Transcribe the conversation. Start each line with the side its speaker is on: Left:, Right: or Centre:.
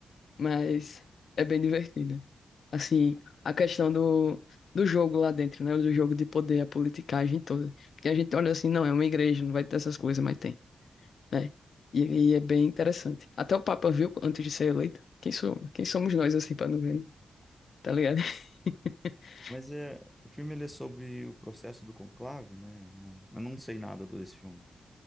Left: Mas é bem divertido. Assim, a questão do, do jogo lá dentro, né? Do jogo de poder, a politicagem toda. Que a gente olha assim, não, é uma igreja, não vai ter essas coisas, mas tem. É. E, e é bem interessante. Até o Papa viu antes de ser eleito. Quem sou, quem somos nós, assim, pra não ver, né? Tá ligado? <laughs>
Centre: Mas é, o filme ele é sobre o processo do conclave, né? Eu não, eu não sei nada do- desse filme.